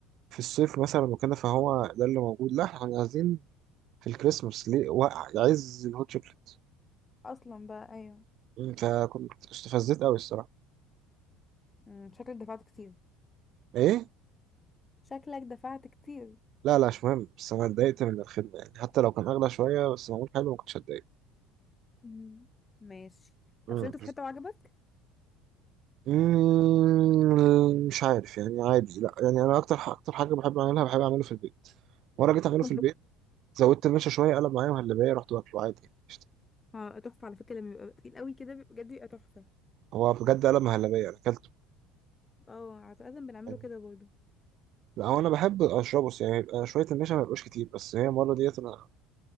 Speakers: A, on the right (about 55°); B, on the left (about 20°).
A: في الصيف مثلا وكده فهو ده اللي موجود لا إحنا كنا نازلين في الكريسماس ليه وقع عايز الهوت شوكليت
B: اصلا بقى ايوه
A: مم. فكنت استفزت أوي الصراحة
B: مم، شكلك دفعت كتير
A: إيه؟
B: شكلك دفعت كتير
A: لا لا مش مهم بس انا اتضايقت من الخدمه يعني حتى لو كان اغلى شويه بس معمول حلو ما كنتش اتضايق
B: مم. ماشي طب
A: امم
B: شربته في حتة وعجبك؟
A: مم، مش عارف يعني عادي لا يعني انا اكتر ح- اكتر حاجه بحب اعملها بحب اعمله في البيت مره جيت اعمله
B: <laughs> طب
A: في البيت زودت المشا شويه قلب معايا مهلبيه رحت واكله عادي يعني قشطة.
B: اه تحفة على فكرة لما بيبقى تقيل قوي كده بيبقى- بجد بيبقى تحفة
A: هو بجد قلب مهلبيه انا اكلته
B: اه عادة بنعمله
A: يعني
B: كده برضه
A: لا هو انا بحب اشربه بس يعني يبقى شويه المشا ما يبقاش كتير بس هي المره ديت انا